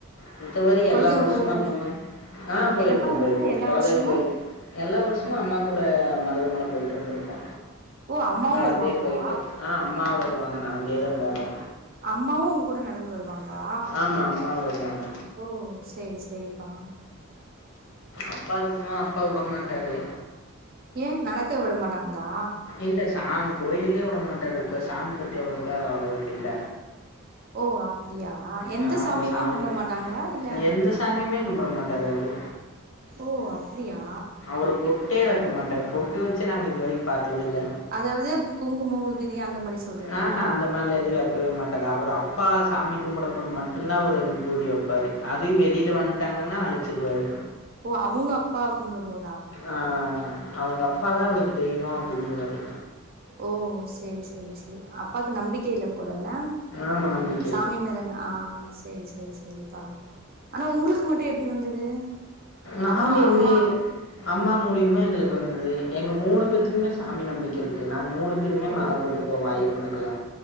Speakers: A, on the left; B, on the right.
A: மித்தபடி
B: குலதெய்வ
A: எல்லா வருஷமு
B: கோயிலுக்கெல்லா
A: அம்மா ஆ போயிடுக்கோ
B: என்னப்பா என்னப்பா
A: போயிருக்கோ
B: எல்லா
A: கொலதெய்வோ
B: வருஷமு
A: கோயில் எல்லா வருஷமு அம்மா கூட மருதமல போய்ட்டு வந்துருக்கோ
B: ஓ அம்மாவு
A: நடந்தே
B: வருவாங்களா
A: போய்ட்டு ஆ அம்மா வருவாங்க நடந்தே தா போவோ
B: அம்மாவு உங்க கூட நடந்து வருவாங்களா
A: ஆமா அம்மா வருவாங்க
B: ஓ சேரி சேரிப்பா
A: அப்பா இருக்குமா அப்பா விடமாட்டாரு
B: ஏ நடக்க விடமாட்டாங்களா
A: இல்லே சாம் கோயிலுக்கே விட மாட்டாரு இப்ப சாமி பத்தி அவ்ளோக்கா அவருக்கு இல்ல
B: ஓ அப்டியா எந்த
A: ஆ,
B: சாமியுமே
A: அவரு சாமி
B: கும்புட மாட்டாங்களா இல்ல
A: எந்த சாமியுமே கும்பிட மாட்டாரு அவரு
B: ஓ அப்டியா
A: ஒரு பொட்டே வைக்க மாட்டார் பொட்டு வெச்சு நாங்க இது வரைக்கு பாத்ததில்ல
B: அதாவது குங்குமோ விபுதி அந்த மாரி சொல்றீங்களா
A: ஆஹா அந்த மாரில எது வ வக்கவே மாட்டாரு அவரு அப்பா சாமி கும்பிடபோது மட்டு தா அவரு விபூதி வப்பாரு அதயு வெளியிலே வன்ட் ட்டாங்கன்னா அழிச்சுருவாரு
B: ஓ அவுங்க அப்பா கும்புடும்போ
A: ஆ அவுங்க அப்பாதா அவருக்கு தெய்வோ அப்டிங்குவாரு
B: ஓ சேரி சேரி சேரி அப்பாக்கு நம்பிக்க இல்ல போலல
A: ஆமா நம்பி
B: சாமி மாரியனா ஆ சேரி சேரி சேரிப்பா ஆனா உங்களுக்கு மட்டு எப்டி வந்தது
A: நாங்க
B: அம்மா
A: எங்கயே
B: அம்மா
A: அம்மா மூலியமா எங்களுக்கு வந்தது எங்க மூணு
B: ம்
A: பேத்துக்குமே சாமி நம்பிக்க இருக்கு நாங்க மூணு பேருமே
B: ஓ
A: மழ கூட்டு போவோ ஐயப்பனுக்குல்லா